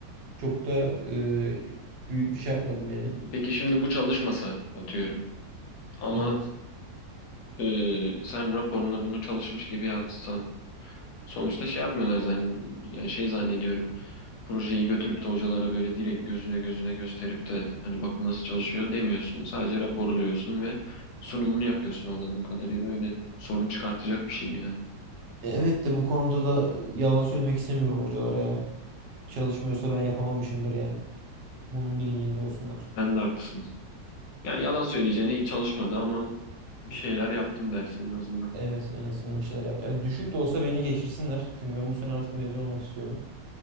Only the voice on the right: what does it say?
çok da e, büyük bir şey yapmadım yani.
Evet.
Evet de bu konuda da yalan söylemek istemiyorum hocalara ya. Çalışmıyorsa ben yapamamışımdır yani. Bunun bilincinde olsunlar.
Evet en azından bir şeyler yaptı. Ya düşük de olsa beni geçirsinler. Çünkü ben bu sene artık mezun olmak istiyorum.